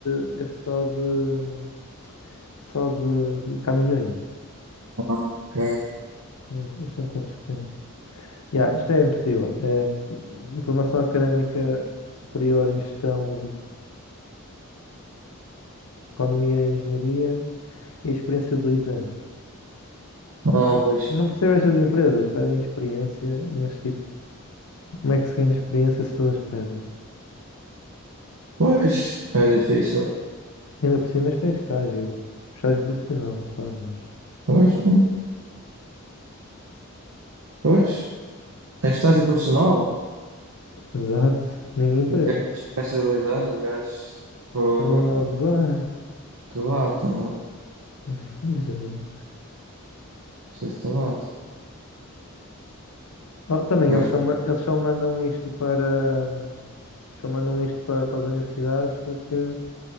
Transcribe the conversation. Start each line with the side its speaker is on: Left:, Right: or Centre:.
Left: de- é só de só de, de caminhões.
Right: ok.
Left: Não, Isso é um bocado estranho. Yeah, isto é impossível. É, formação académica superior em gestão, economia e engenharia e experiência de dois anos.
Right: Ah,
Left: Eu
Right: pois.
Left: não percebo estas empresas, pedem experiência, mas tipo, como é que se ganha experiência se todas pedem?
Right: Pois, é difícil.
Left: Ainda por cima isto é estágio, tipo estágio profissional, claro, mas
Right: Pois, pois. pois. É estágio profissional?
Left: exato, ninguém pede,
Right: E que é experiência de dois anos, gajos. Fogo.
Left: querem lá abusar.
Right: Que lata. Não
Left: <laughs> Mesmo.
Right: sei se te lata.
Left: Oh, também
Right: Engraçado.
Left: eles só, ma- eles só mandam isto para só mandam isto para, para as universidades porque